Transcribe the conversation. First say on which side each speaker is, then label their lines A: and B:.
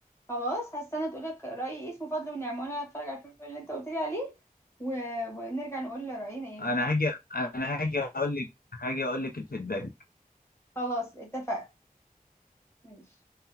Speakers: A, on the left (about 15°); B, on the left (about 85°).
A: خلاص هستنى تقول لك رأيي إيه اسمه فضل ونعمة وأنا هتفرج على الفيلم اللي أنت قلت لي عليه و... ونرجع نقول رأينا إيه
B: انا
A: بالظبط
B: هاجي انا هاجي اقول لك هاجي اقول لك الفيدباك
A: خلاص اتفقنا ماشي